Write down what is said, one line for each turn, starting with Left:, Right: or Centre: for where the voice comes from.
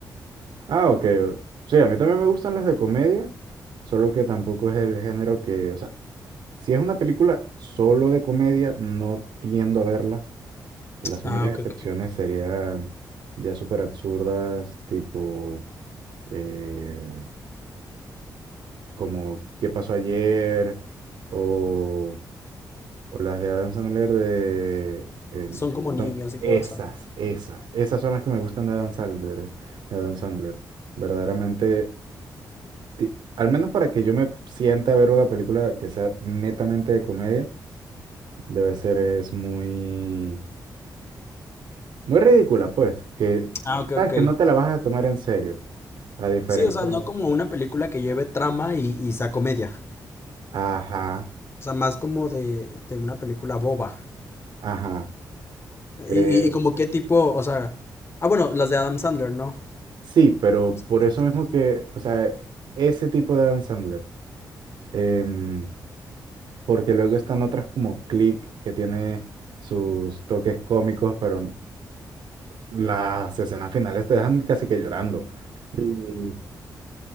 Right: Ah, ok. Sí, a mí también me gustan las de comedia, solo que tampoco es el género que, o sea, si es una película solo de comedia, no tiendo a verla Las
Left: Ah,
Right: únicas
Left: ok,
Right: excepciones
Left: ok.
Right: serían ya súper absurdas, tipo eh, como ¿Qué pasó ayer? o, o las de Adam Sandler de... em,
Left: Son como niños
Right: son
Left: y todo
Right: esas,
Left: eso, ¿no?
Right: esas. Esas son las que me gustan de Adam Sandler. De Adam Sandler. Verdaderamente, ti- al menos para que yo me sienta a ver una película que sea netamente de comedia, debe ser es muy, muy ridícula, pues, que
Left: Ah, ok, ok.
Right: sabes que no te la vas a tomar en serio. La diferencia.
Left: Sí, o sea, no como una película que lleve trama y, y sea comedia.
Right: Ajá,
Left: O sea, más como de, de una película boba.
Right: ajá. Eh,
Left: Y, y como qué tipo, o sea... Ah, bueno, las de Adam Sandler, ¿no?
Right: sí, pero
Left: Ese
Right: por eso
Left: tipo.
Right: mismo que, o sea, ese tipo de Adam Sandler. em, porque luego están otras como Click, que tiene sus toques cómicos, pero las escenas finales te dejan casi que llorando. Y,